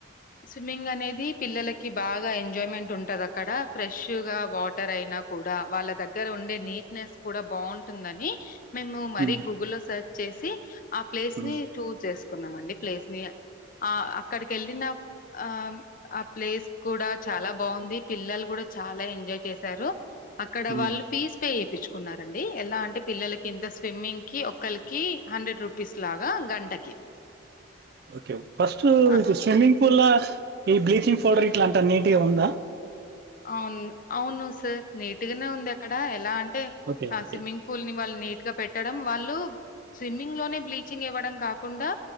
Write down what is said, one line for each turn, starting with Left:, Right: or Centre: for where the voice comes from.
Left: స్విమ్మింగ్ అనేది ఇది పిల్లలకి బాగా ఎంజాయ్మెంట్ ఉంటది అక్కడ ఫ్రెష్ గా వాటర్ అయినా కూడా వాళ్ళ దగ్గర గ్గర ఉండే నీట్నెస్ కూడా బావుంటుందని మేము మరీ
Right: ఉమ్
Left: గూగుల్లో సెర్చ్ చేసి ఆ ప్లేస్ని
Right: ఉమ్
Left: చూజ్ చేసుకున్నాం అండి ప్లేస్ని ఇగ ఆ అక్కడికి ఎళ్ళిన ఆ ఆ ప్లేస్ కూడా చాలా బావుంది పిల్లలు కూడా చాలా ఎంజాయ్ చేశారు అక్కడ
Right: ఉమ్
Left: వాళ్ళు ఫీజ్ పే చేపించుకున్నారండి ఎలా అంటే పిల్లలకి ఇంత స్విమ్మింగ్కి ఒక్కలికి హండ్రెడ్ రూపీస్ లాగా గంటకి
Right: ఓకే ఫస్ట్
Left: ఆ!
Right: ఇది స్విమ్మింగ్ పూల్ల ఈ బ్లీచింగ్ పౌడర్ ఇట్లాంటా నీట్గా ఉందా
Left: అవును అవును సార్ నీట్గానే ఉంది అక్కడ ఎలా అ టే
Right: ఓకే
Left: ఆ
Right: ఓకే
Left: స్విమ్మింగ్పూల్ని వాళ్ళు నీట్గా పెట్టడం వాళ్ళు స్విమ్మింగ్లోనే బ్లీచింగ్ ఇవ్వడం కాకుండా